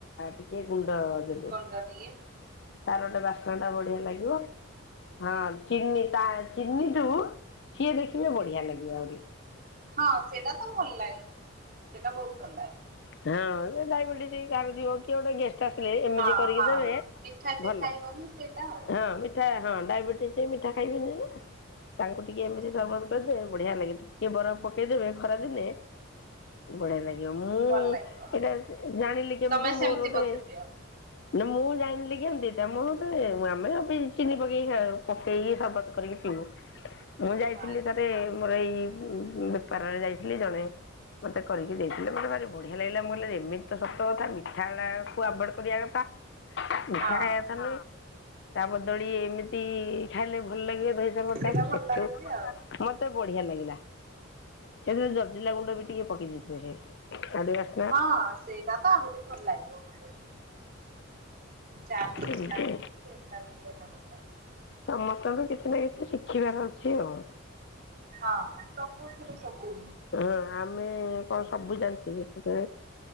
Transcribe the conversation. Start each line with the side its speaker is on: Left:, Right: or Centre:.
Left: ଟିକେ ଗୁଣ୍ଡ ଦେବେ।
Right: ଡ଼ ଟିଏ।
Left: ତାର ଗୋଟେ ବାସ୍ନା ଟା ବଢିଆ ଲାଗିବ। ହଁ ଚିନି ତା ଚିନିଠୁ ସିଏ ଦେଖିବେ ବଢିଆ ଲାଗିବ ଆହୁରି।
Right: ହଁ ସେଇଟା ତ ଭଲ ଲାଗିବି ସେଇଟା ବହୁତ ଭଲ ଲାଗେ।
Left: ହଁ ସେ ଡାଇବେଟିସ କାହାର ଥିବ କିଏ ଗୋଟେ ଗେସ୍ ସେ ଆସିଲେ ଏମିତି
Right: ହଁ
Left: କରିକି
Right: ହଁ
Left: ଦେବେ
Right: ମିଠା ଯେ
Left: ଭଲ
Right: ଖାଇବନି ସେଇଟା ଆଉ।
Left: ହଁ। ଠା ହଁ ଡାଇବେଟିସ୍ ହେଇ ମିଠା ଖାଇବେନି ନା ତାଙ୍କୁ ଟିକେ ଏମିତି
Right: ହୁଁ
Left: ସରବତ ଦେବେ ବଢିଆ ଲାଗେ ଟିକେ ବରଫ ପକେଇଦେବେ ଖରା ଦିନେ ବଢିଆ ଲାଗେ। ଆଜ୍ଞା ମୁଁ
Right: ଭଲ ଲାଗିବ
Left: ଏଇଟା ଜାଣିଲି କେମତି
Right: ତମେ ସେମିତି
Left: ମୋର ଗୋଟେ
Right: ବୋଧେ ପିଅ
Left: ନା ମୁଁ ଜାଣିଲି କେମତି <unintelligible> ଆମେ ଚିନି ପକେଇକି ପକେଇକି ସର୍ବତ କରିକି ପିଉ। ମୁଁ ଯାଇଥିଲି
Right: ହଁ।
Left: ଥ ମତେ ମୋର ଏଇ ବେପାରରେ ଯାଇଥିଲି। ଜଣେ ମତେ କରିକି ଦେଇଥିଲେ
Right: ହୁଁ
Left: ମତେ ଭାରି ବଢିଆ ଲାଗିଲା ମୁଁ କଇଲି ଏମିତି ତ ସତ କଥା ମିଠାକୁ ଆଭଏଡ କରିବା କଥା। ମିଠା
Right: ହଁ
Left: ଖାଇବା କଥା ନୁହଁ, ତା ବଦଳେ ଏମିତି ଖାଇଲେ ଭଲ ଲାଗିବ ଧ ମୁଁ
Right: ସେଇଟା
Left: ତାକୁ
Right: ଭଲ
Left: ସେଠୁ
Right: ଲାଗୁଛି ଆଉ।
Left: ମତେ ବଢିଆ ଲାଗିଲା, ସେଥିରେ ଜଲଜିରା ଗୁଣ୍ଡ ବି ଟିକେ ପକେଇ ଦେଲି। <unintelligible>
Right: ହଁ ସେଇଟା ତ ଆହୁରି ଭଲ ଲାଗିବ ପକେଇଲେ। ଚା ମସଲା
Left: ଏମିତି
Right: ଟିକେ ସେଟା ବି ଦେଲେ ଭଲ ଲାଗିବ।
Left: ସମସ୍ତଙ୍କ ଠୁ କିଛି ନା କିଛି ଶିଖିବାର ଅଛି ଆଉ।
Right: ହଁ ସବୁଥିରୁ ସବୁ
Left: ହଁ ଆମେ କଣ ସବୁ ଜାଣିଛେକି